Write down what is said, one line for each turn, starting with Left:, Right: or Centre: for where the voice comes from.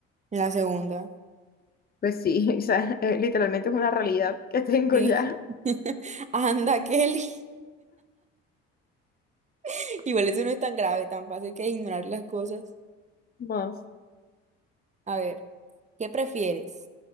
Right: La segunda.
Left: Pues sí, <laughs> o sea, eh, literalmente es una realidad que tengo
Right: Sí.
Left: ya.
Right: <laughs> Anda, Kelly. <laughs> Igual eso no es tan grave, tan fácil que ignorar las cosas.
Left: <laughs> Más.
Right: A ver, ¿qué prefieres?